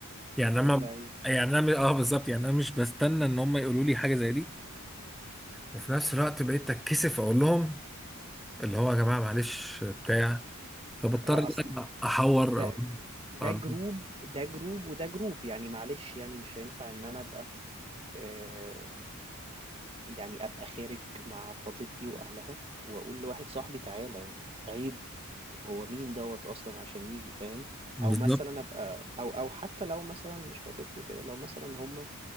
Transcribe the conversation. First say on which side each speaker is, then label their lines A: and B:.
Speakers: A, in the centre; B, on the right.
A: يعني
B: وبلاي
A: انا يعني انا اه بالظبط يعني انا مش بستنى ان هم يقولوا لي حاجه زي دي وفي نفس الوقت بقيت اتكسف اقول لهم اللي هو يا جماعه معلش بتاع فبضطر
B: اه
A: إن
B: اصل
A: أنا احور
B: ده
A: او
B: ده
A: أو-
B: جروب ده جروب وده جروب يعني معلش يعني مش هينفع ان انا ابقى آه يعني ابقى خارج مع خطيبتي واهلها واقول لواحد صاحبي تعالى يعني عيب هو مين دوت اصلا عشان يجي فاهم
A: بالظبط
B: او مثلا ابقى او او حتى لو مثلا مش خطيبتي وكده لو مثلا هما